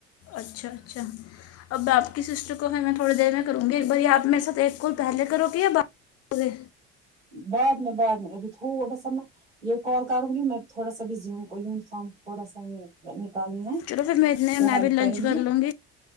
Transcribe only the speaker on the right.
بعد میں بعد میں ابھی تھوڑا سا میں یہ کال کروں گی میں تھوڑا سا بزی ہوں یونیفارم تھوڑا سا یہ نکالنی ہے
تو
ہیلپ
کروں
گی